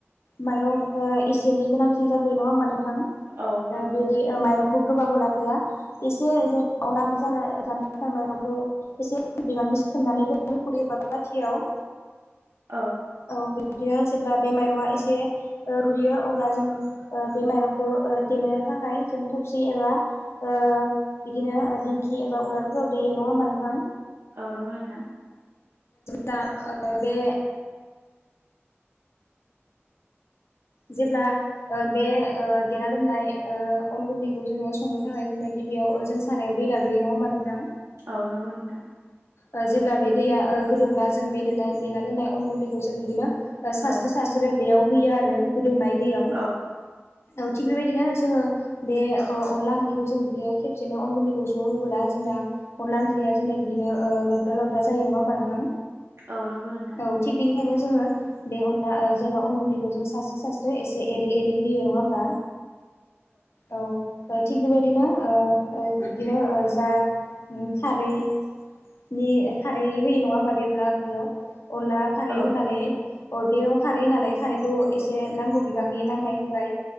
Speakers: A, on the left; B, on the right.
A: माइरं ओ एसेनि गोनांथि जाग्रोयो नङा होमबा नोंथां
B: औ नंगौ
A: ओ बिदि
B: नोंथां
A: ओ माइरं गोब गोबांबो लाग्राया एसे जों ओंख्रि जानो थाखाय माइरंखौ एसे बिबां नि सोमनानै दोनो खुरै एबा बाथियाव
B: औ
A: औ बिदिनो जेब्ला बे माइरंङा एसे ओ रुयो अब्ला जों ओ बे माइरंख खौ ओ देनो थाखाय जों थबसि एबा ओ बिदिनो ओ दिंखि एबा उलारफोर खौ देयो नङा होमबा नोंथां
B: औ नंगौ नोंथां
A: दा <unintelligible> ओ बे जेब्ला ओ बे ओ देना दोननाय ओ अन गुन्दैखौ जोङो संनो थाखाय जोंनो गि गिबियाव ओ सारायाव दै लाग्रोयो नङा होमबा नोंथां
B: औ नंगौ नोंथां
A: ओ जेब्ला बे दैया ओ गोदौब्ला जों बे दे देना दोननाय अन गुन्दैखौ जों बिदिनो ओ सास्रो
B: औ
A: सास्रो बेयाव होयो आरो नाय दैयाव
B: औ
A: औ थिग बेबादिनो जोङो बे अ अनला ओंख्रिखौ जों बिदिनो खेबसेनो अन गुन्दैखौ ज' होबोला जोंना अनला ओंख्रिया जोंना ओ बिदिनो लद्रा लद्रा जायो नङा होमबा नोंथां
B: औ नंगौ नोंथां
A: औ थिग बेनिखायनो जोङो बे अनला ओ जेनबा अन गुन्दैखौ जोंस सास्रो सास्रो एसे एरै एरै होयो नङा होमबा औ ओ थिग बेबायदिनो ओ ओ बिदिनो ओ जा उम खारै नि खारै होयो नङा होमबा बे अनला ओंख्रैयाव अनला खारै
B: औ
A: होनानै अ बेयाव खारै होनानै खारैखौ एस जेनांगौ बिबांनि नांनाय होबाय